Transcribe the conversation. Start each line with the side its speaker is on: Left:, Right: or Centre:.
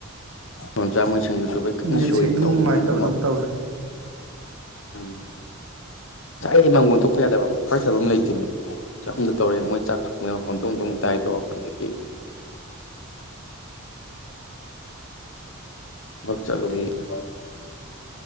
Left: <unintelligible> ꯁꯤꯡꯖꯨ ꯁꯨꯕꯩ ꯀꯟꯅ
Right: ꯅꯦꯠꯁꯦ
Left: ꯁꯨꯔꯤ
Right: ꯏꯅꯨꯡ
Left: ꯇꯣꯡ
Right: ꯅꯨꯡꯉꯥꯏꯇꯕꯗꯧ
Left: ꯇꯣꯡ ꯂꯥꯎꯔꯤꯁꯦ
Right: ꯇꯧꯋꯦ
Left: ꯎꯝ ꯆꯥꯛ ꯑꯩ ꯃꯪꯒꯣꯟ ꯊꯣꯛꯄ ꯌꯥꯗꯕ ꯋꯥꯔꯤ ꯁꯥꯕꯝ ꯑꯃꯇ ꯂꯩꯇꯦꯃꯤ ꯆꯥꯛꯈꯨꯝꯗ ꯇꯧꯔꯦ ꯃꯣꯏ ꯆꯥꯛ ꯊꯣꯡꯕꯩ ꯃꯣꯟ ꯇꯣꯡ ꯇꯣꯡ ꯇꯥꯏꯗꯣ ꯑꯗꯒꯤ ꯊꯕꯛ ꯆꯠꯂꯧꯏꯏ <unintelligible>